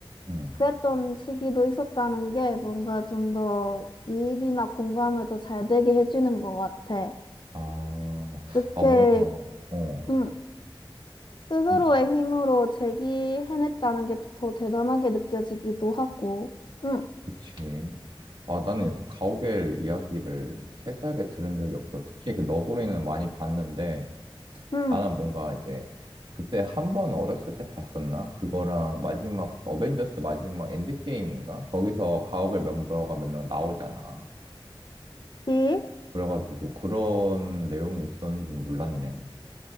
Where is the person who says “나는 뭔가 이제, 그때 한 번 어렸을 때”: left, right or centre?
Right